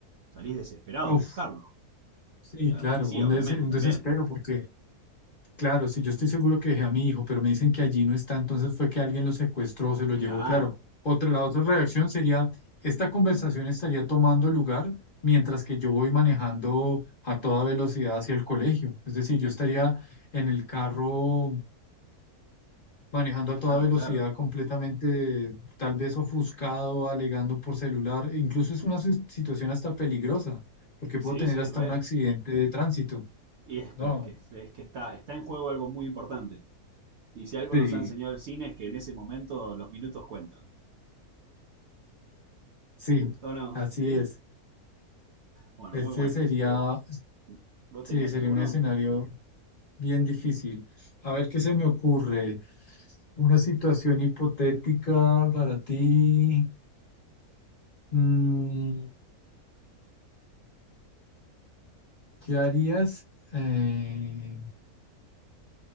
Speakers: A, on the right; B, on the left.
A: Salís desesperado
B: Uf,
A: a buscarlo.
B: sí,
A: Y a
B: claro,
A: la policía,
B: un, des-
A: obviamente,
B: un
A: también.
B: desespero, porque claro, si yo estoy seguro que dejé a mi hijo, pero me dicen que allí no está, entonces fue que alguien lo secuestró, se lo llevó,
A: Claro,
B: claro. Otra, la otra reacción sería, esta conversación estaría tomando lugar mientras que yo voy manejando a toda velocidad hacia el colegio, es decir, yo estaría en el carro manejando
A: claro,
B: a toda velocidad,
A: claro.
B: completamente tal vez ofuscado, alegando por celular. E incluso es una sis- situación hasta peligrosa, porque
A: Sí,
B: puedo tener
A: sí,
B: hasta
A: re.
B: un accidente de tránsito.
A: Y es, pero
B: No,
A: es que, es que está, está en juego algo muy importante. Y si algo
B: sí,
A: nos ha enseñado el cine es que en ese momento los minutos cuentan.
B: sí,
A: ¿O no?
B: así
A: ¿Sí?
B: es.
A: Bueno,
B: Este
A: muy bueno
B: sería,
A: ese. ¿Qué- ¿Vos
B: sí,
A: tenías
B: sería
A: alguno?
B: un escenario bien difícil. A ver qué se me ocurre. Una situación hipotética para ti. Mm, ¿qué harías? Eh,